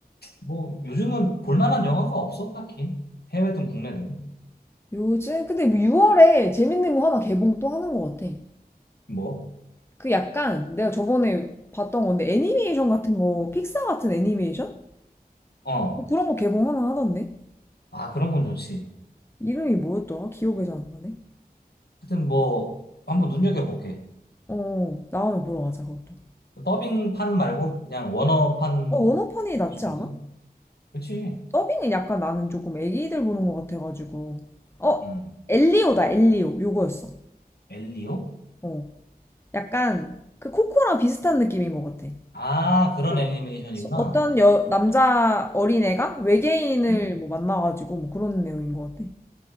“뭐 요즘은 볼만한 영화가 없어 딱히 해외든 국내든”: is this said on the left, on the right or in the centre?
Left